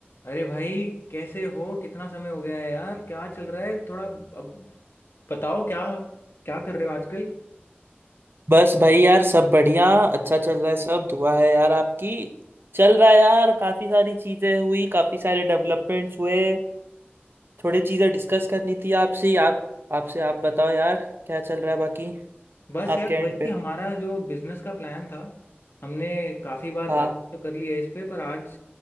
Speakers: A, on the left (about 70°); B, on the right (about 65°).
A: अरे भाई कैसे हो कितना समय हो गया है यार क्या चल रहा है थोड़ा अब बताओ क्या क्या कर रहे हो आजकल
B: बस भाई यार सब बढ़िया अच्छा चल रहा है सब दुआ है यार आपकी चल रहा है यार काफी सारी चीजें हुई काफी सारे डेवलपमेंट्स हुए थोड़ी चीजें डिस्कस करनी थी आपसे ही, आप आपसे आप बताओ यार क्या चल रहा है बाकी
A: बस
B: आपके
A: यार
B: एंड
A: वही
B: पे
A: हमारा जो बिजनेस का प्लान था हमने काफी बार
B: हाँ
A: बातचीत तो कर ली है इस पे पर आज